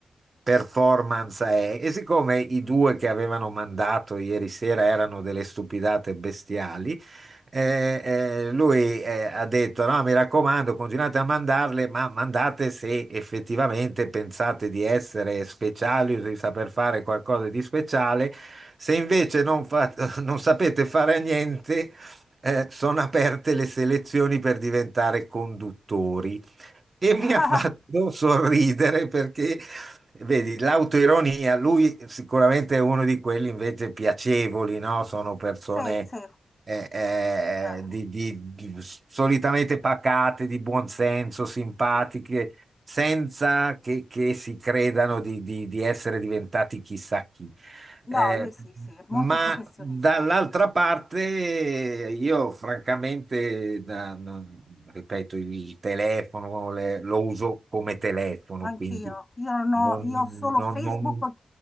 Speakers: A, on the right; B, on the left.
A: performance. eh. E siccome i due che avevano mandato ieri sera erano delle stupidate bestiali, eh, eh, lui eh, ha detto: No, mi raccomando, continuate a mandarle, ma mandate se effettivamente pensate di essere speciali o di saper fare qualcosa di speciale. Se invece non, fa- <laughs> non sapete fare niente, eh, sono aperte le selezioni per diventare conduttori. E mi
B: <laughs>
A: ha fatto sorridere perché, vedi, l'autoironia, lui sicuramente è uno di quelli invece piacevoli, no? Sono persone
B: sì, sì.
A: eh, eh,
B: Eh,
A: di- di- di- solitamente pacate, di buon senso, simpatiche,
B: sì.
A: senza che, che si credano di, di- di essere diventati chissà chi.
B: No,
A: Eh,
B: lui sì, sì, è molto
A: ma
B: professionista.
A: dall'altra parte io francamente, da- non- ripeto, il telefono le- lo uso come telefono,
B: Anch'io.
A: quindi
B: Io non
A: non,
B: ho io ho solo
A: non-
B: Facebook
A: non-